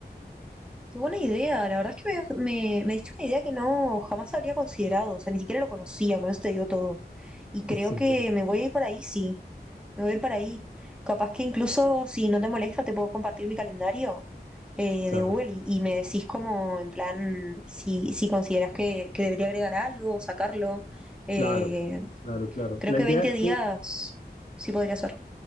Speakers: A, in the centre; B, on the left (about 45°).
A: Qué buena idea, la verdad es que me, me, me diste una idea que no jamás habría considerado, o sea, ni siquiera lo conocía, con eso te digo todo. Y creo
B: Es increíble.
A: que me voy a ir para ahí, sí, me voy a ir para ahí. Capaz que incluso si no te molesta, te puedo compartir mi calendario eh,
B: Claro,
A: de Google y, y me decís como en plan si, si consideras que, que debería agregar algo, o sacarlo. Eh,
B: claro, claro, claro.
A: creo
B: La
A: que
B: idea
A: 20
B: es
A: días
B: que
A: sí podría ser.